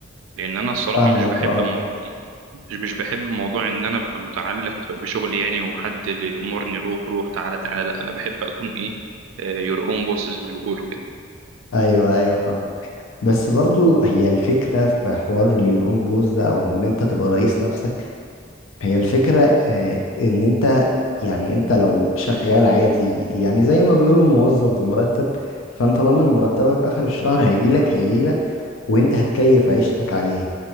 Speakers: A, on the right; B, on the left.
A: لان انا الصراحه
B: فاهمك
A: مش بحب
B: اه
A: مو... مش مش بحب موضوع ان انا ابقى متعلق بشغلي يعني وحد اللي يامرني روح روح تعالى تعالى لا انا بحب اكون ايه يور اون بوس زي ما بيقولوا كده
B: ايوه ايوه فاهم بس برضو هي الفكرة في حوار your own boss ده او ان انت تبقى رئيس نفسك هي الفكرة آه، ان انت يعني انت لو شغال عادي يعني زي ما بيقولوا موظف بمرتب فانت ضامن مرتبك اخر الشهر هيجيلك هيجيلك وانت هتكيف عيشتك عليه